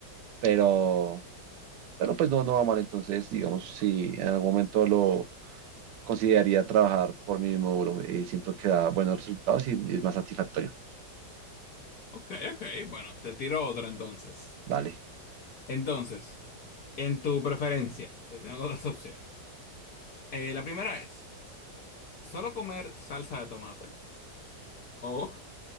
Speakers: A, on the right; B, on the left.
A: pero, pero pues no, no va mal. Entonces, digamos, si en algún momento lo consideraría trabajar por mí mismo, bro, eh, siento que da buenos resultados y es más satisfactorio.
B: ok, ok. Bueno, te tiro otra entonces.
A: Vale.
B: Entonces, en tu preferencia, te tengo <laughs> dos opciones. Eh, la primera es, solo comer salsa de tomate o